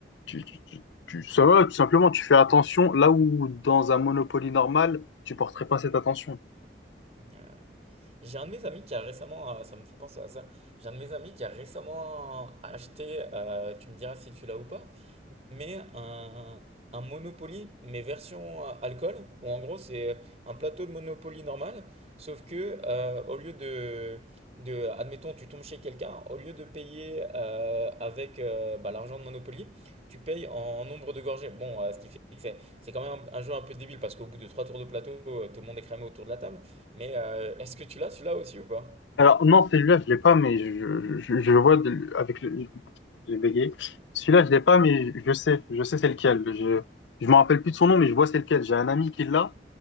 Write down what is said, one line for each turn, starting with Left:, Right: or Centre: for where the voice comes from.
Left: tu, tu, tu- tu- ça va, tout simplement, tu fais attention là où dans un Monopoly normal, tu porterais pas cette attention.
Right: Ah, J'ai un de mes amis qui a récemment, euh, ça me fait penser à ça, j'ai un de mes amis qui a récemment euh, acheté, euh, tu me diras si tu l'as ou pas, mais un, un Monopoly, mais version euh, alcool, où en gros c'est un plateau de Monopoly normal, sauf que euh, au lieu de, de, admettons, tu tombes chez quelqu'un, au lieu de payer euh, avec euh, bah, l'argent de Monopoly, tu payes en nombre de gorgées. Bon, euh, ce qui fait que c'est c'est quand même un, un jeu un peu débile parce qu'au bout de trois tours de plateau, euh, tout le monde est cramé autour de la table, mais euh, est-ce que tu l'as celui-là aussi ou pas? <laughs>
Left: Alors, non, celui-là, je l'ai pas, mais je, je, je vois de- avec le. J'ai bégayé. Celui-là, je l'ai pas, mais je sais. Je sais c'est lequel. Je je me rappelle plus de son nom, mais je vois c'est lequel. J'ai un ami qui l'a.